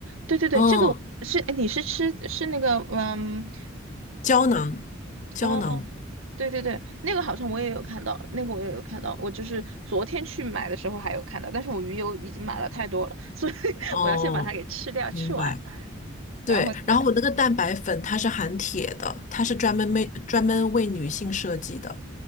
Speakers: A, on the right; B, on the left.
A: 对对对，
B: 嗯，
A: 这个我是，哎你是吃是那个，嗯，
B: 胶囊，胶囊，
A: 呃对对对，那个好像我也有看到，那个我也有看到，我就是昨天去买的时候还有看到，但是我鱼油已经买了太多了，所以 <laughs>
B: 哦，
A: 我要先把它给吃掉，
B: 明白。
A: 吃完，
B: 对，
A: 然后再，
B: 然后我那个蛋白粉它是含铁的，它是专门为专门为女性设计的。